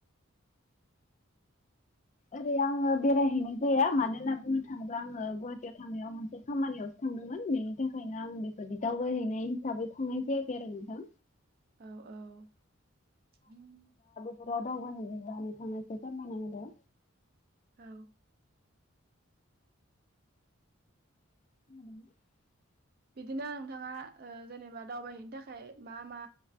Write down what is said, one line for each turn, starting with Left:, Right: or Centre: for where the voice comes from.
Left: ओरै आङो बेरायहैनाय जाया मानो होनना बुंनो थाङोब्ला आङो गुवाहाटियाव थांनायाव मोनसे खामानियावसो थांदोंमोन बेनि थाखाय खायनो आं बेखौदि दावबायहैनाय हिसाबै थांनाय जायाखै आरो नोंथां।
Right: औ औ औ
Left: <unintelligible> बबाव दावबायहैनो जानो थांनायखो फोरमायनानै हो।
Right: औ।
Left: <unintelligible>
Right: बिदिनो नोंथाङा ओ। जेनेबा दावबायहैनो थाखाय मा मा।